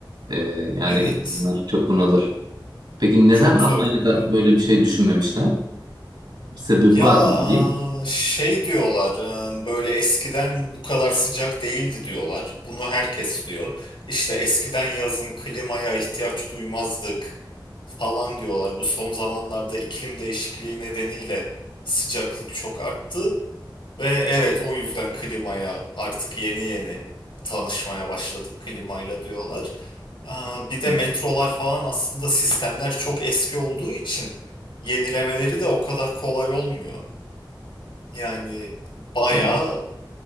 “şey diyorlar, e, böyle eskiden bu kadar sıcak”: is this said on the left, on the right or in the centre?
Left